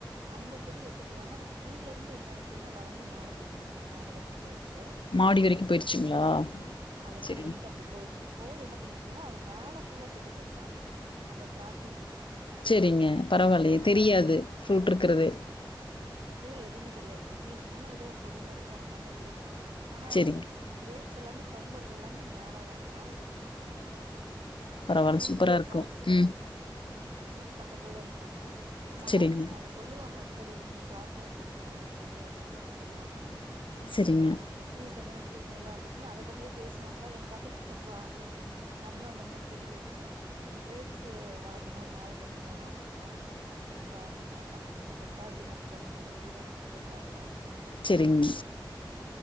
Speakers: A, on the right; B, on the left.
A: அந்த செடி வச்சிருக்கறாங்க அது கீழே இருந்து என்ன இருக்குதுன்னா வளர்ந்து மேல போயிருக்குதுங்க மேல வரைக்கு போயிருச்சு
B: மாடி வரைக்கு போயிருச்சுங்களா
A: ம் அது
B: சரிங்க.
A: ஆ லென்த் அப்டி போ போச்சுங்க போய் என்ன பண்ணிக்குதுன்னா அது மேல ஃபுல்லா செட்டு போட்டாங்க அந்த திராட்சைக்கு
B: சேரிங்க பரவால்லா
A: ஆ
B: தெரியாது ஃப்ரூட் இருக்கறது
A: கீழே எதுமே தெரியாதுங்க கீழே சும்மா ஏதோ ஒரு கொடி மாரி போன மாரிதா இருக்கு ஆனா
B: சரிங்க.
A: அந்த கிரேப் ச்சலாமே தொங்கறது எல்லாமே மேல தாங்க மேல செட் பண்ணிருக்காங்க அந்த மாதிரி
B: பரவாயில்ல.
A: செட் பண்ணீங்கலா
B: சூப்பரா
A: அந்த
B: இருக்கும்.
A: திராட்சை
B: ம்.
A: ம் எங்க வீட்டு பக்கத்துலதா இருக்கறாங்க நல்லா
B: சரிங்க,
A: இருக்குதுங்க அவுங்க சொல்லுவாங்க அடிக் கெடையாம் திராட்சை வந்து வந்துருக்குது அப்டிங்கற மாரி சொல்லுவாங்க
B: சரிங்க,
A: ஆ சீசனுஸ் சீசனு ல்ல அப்டின்னு அத. பத் பேசுவாங்களா எனக்கு அதுலந்து ரொம்ப ஆசைங்க நம்லோஅந்த மாரி செடி வச் வச்சி க்ரேப்ஸ்சு வளத்தணு மேல கொண்டு போணு அப்டின்லா ரொம்ப ஆசைங்க அது நம்மளுக்கு இங்க செட் ஆகலங்கே அது தகுந்த மாரி வீடு அமைப்பு செட் ஆகல
B: சேரிங்க